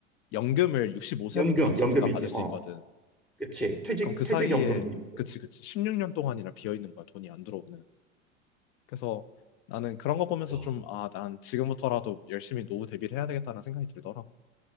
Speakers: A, on the left; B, in the centre.
A: 연금을 65세부터쯤인가
B: 연금 연금이지.
A: 받을 수
B: 어
A: 있거든.
B: 그치. 퇴직
A: 그럼 그
B: 퇴직
A: 사이에,
B: 연금도 있고.
A: 그치, 그치. 16년 동안이나 비어 있는 거야, 돈이 안 들어오는. 그래서 나는 그런 거 보면서
B: 와.
A: 좀, 아, 난 지금부터라도 열심히 노후 대비를 해야 되겠다는 생각이 들더라고.